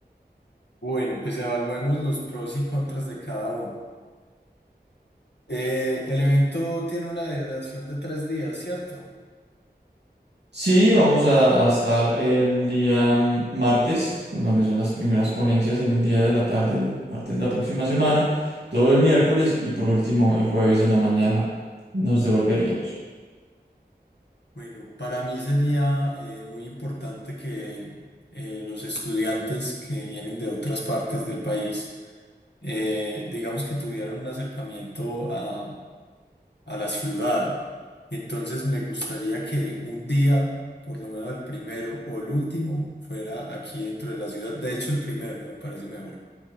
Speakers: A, on the left; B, on the right.
A: Bueno, pues evaluemos los pros y contras de cada uno. Eh, el evento tiene una duración de tres días, ¿cierto?
B: Sí, vamos a, a estar el día mm, martes, donde son las primeras ponencias, en el día de la tarde, el martes de la próxima semana, todo el miércoles y por último el jueves en la mañana nos devolveríamos.
A: Bueno, para mí sería eh, muy importante que eh, los estudiantes que vienen de otras partes del país, eh, digamos que tuvieran un acercamiento a, a la ciudad. Entonces me gustaría que un día, por lo menos el primero o el último, fuera aquí dentro de la ciudad. De hecho, el primero me parece mejor